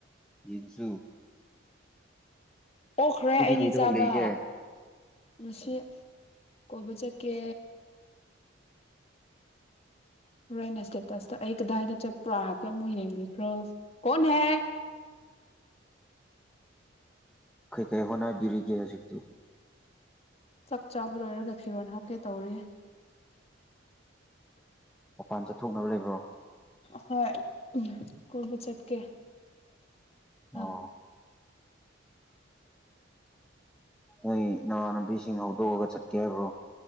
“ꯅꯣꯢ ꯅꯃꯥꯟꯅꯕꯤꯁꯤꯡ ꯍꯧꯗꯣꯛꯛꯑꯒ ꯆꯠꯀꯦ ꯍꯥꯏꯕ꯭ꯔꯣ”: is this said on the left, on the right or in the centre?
Centre